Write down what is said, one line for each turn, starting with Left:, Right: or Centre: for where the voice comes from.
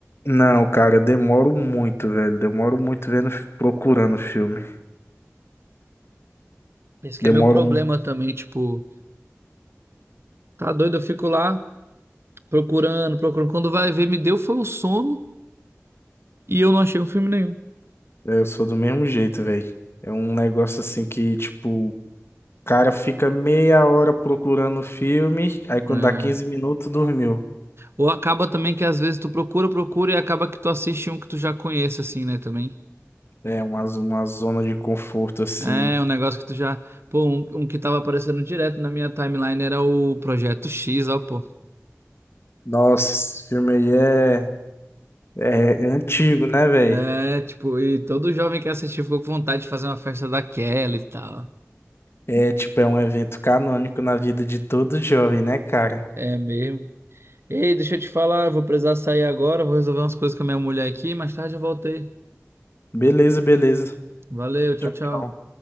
Left: Não, cara. Eu demoro muito, velho. Demoro muito vendo, procurando filme.
Right: Esse que
Left: Demoro
Right: é meu problema
Left: muito.
Right: também, tipo, tá doido, eu fico lá procurando, procurando. Quando vai ver, me deu foi o sono e eu não achei um filme nenhum.
Left: É, eu sou do mesmo jeito, velho. É um negócio assim que, tipo. cara fica meia hora procurando o filme, aí quando
Right: né
Left: dá 15 minutos, dormiu.
Right: Ou acaba também que às vezes tu procura, procura e acaba que tu assiste um que tu já conhece, assim, né, também.
Left: É uma, zo- uma zona de conforto, assim.
Right: É, um negócio que tu já. Pô, um, um que tava aparecendo direto na minha timeline era o Projeto X, ó, pô.
Left: Nossa, esse filme aí é, é, é antigo, né, velho?
Right: É, tipo, e todo jovem que assistiu ficou com vontade de fazer uma festa daquela e tal.
Left: É tipo, é um evento canônico na vida de todo jovem, né, cara?
Right: É mesmo. Ei, deixa eu te falar, eu vou precisar sair agora, vou resolver umas coisas com a minha mulher aqui, mais tarde eu voltei.
Left: Beleza, beleza.
Right: Valeu, tchau,
Left: Tchau,
Right: tchau.
Left: tchau.